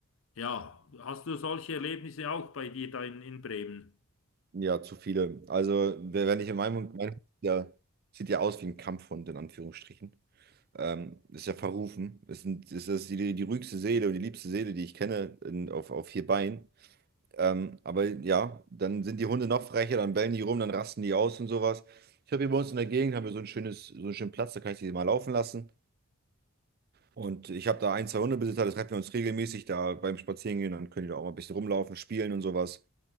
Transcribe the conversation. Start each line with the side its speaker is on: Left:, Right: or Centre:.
Left: ja, hast du solche Erlebnisse auch bei dir da in, in Bremen?
Right: Ja, zu viele. Also, wer- wenn ich in meinem, mein Hund, der sieht ja aus wie ein Kampfhund, in Anführungsstrichen. Ähm, ist ja verrufen. Ist, ein, ist das die, die ruhigste Seele und die liebste Seele, die ich kenne in, auf, auf vier Beinen. Ähm, aber ja, dann sind die Hunde noch frecher, dann bellen die rum, dann rasten die aus und sowas. Ich habe hier bei uns in der Gegend haben wir so ein schönes, so einen schönen Platz, da kann ich die mal laufen lassen. Und ich habe da ein, zwei Hundebesitzer, das treffen wir uns regelmäßig da beim Spazierengehen, dann können die da auch mal ein bisschen rumlaufen, spielen und sowas.